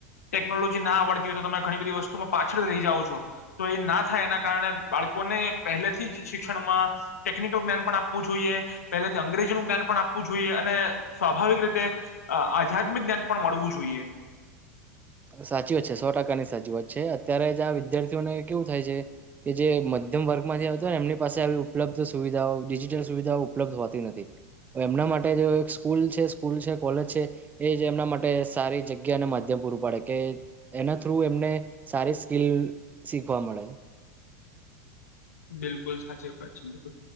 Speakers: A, on the left; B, on the right.
A: ટેકનોલોજી ના આવડતી હોય તો તમે ઘણી બધી વસ્તુમાં પાછળ રહી જાઓ છો, તો એ ના થાય એના કારણે બાળકોને પહેલેથી જ શિક્ષણમાં ટેકનિકલ જ્ઞાન પણ આપવું જોઈએ પહેલેથી અંગ્રેજીનું જ્ઞાન પણ આપવું આપવું જોઈએ અને સ્વાભાવિક રીતે આધ્યાત્મિક જ્ઞાન પણ મળવું જોઈએ.
B: સાચી વાત છે, સો ટકાની સાચી વાત છે. અત્યારે જ આ વિદ્યાર્થીઓને કેવું થાય છે કે જે મધ્યમ વર્ગમાંથી આવતો હોય ને એમની પાસે આવી ઉપલબ્ધ સુવિધાઓ ડિજિટલ સુવિધાઓ ઉપલબ્ધ હોતી નથી. હવે એમના માટે જે એક સ્કૂલ છે, સ્કૂલ છે, કોલેજ છે, એ જ એમના માટે સારી જગ્યા અને માધ્યમ પૂરું પાડે. કે એના થ્રુ એમને સારી સ્કીિલ શીખવા મળે.
A: બિલકુલ સાચી વાત છે. બિલકુલ